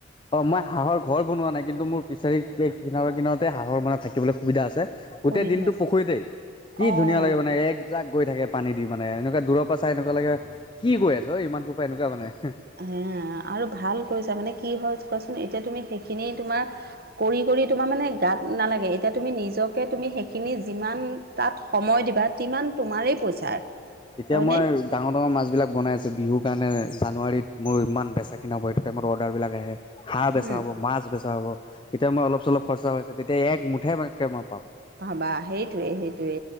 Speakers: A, on the left (about 25°); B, on the right (about 50°).
A: অঁ মই হাঁহৰ ঘৰ বনোৱা নাই কিন্তু মোৰ ফিছাৰী কিনাৰে কিনাৰতে হাঁহৰ মানে থাকিবলৈ সুবিধা আছে। গোটেই
B: সুবিধা
A: দিনতটো
B: আছে
A: পুখুৰীতে, কি
B: অঁ
A: ধুনীয়া লাগে মানে এক যাক গৈ থাকে পানী দি মানে এনেকুৱা দূৰৰ পৰা চাই এনেকুৱা লাগে কি গৈ আছে অ ইমান কৰ পৰা এনেকুৱা মানে হে।
B: এ আৰু ভাল কৰিছা মানে কি হয় কোৱাচোন এতিয়া তুমি সেইখিনি তোমাৰ কৰি কৰি তোমাৰ মানে গাত নালাগে এতিয়া তুমি নিজকে তুমি সেইখিনি যিমান তাত সময় দিবা তিমান তোমাৰেই পইচা
A: এতিয়া
B: হয়নে?
A: মই ডাঙৰ - ডাঙৰ মাছবিলাক বনাই আছে বিহু কাৰনে জানুৱাৰীত মোৰ ইমান বেচাকিনা সেইটো টাইমত অৰ্ডাৰবিলাক আহে। হাঁহ বেচা
B: উম
A: হ'ব, মাছ বেচা হব এতিয়া মই অলপ - চলপ খৰচা হৈছে তেতিয়া এক মুঠেকে মই পাম।
B: পাবা সেইটোৱে সেইটোৱে।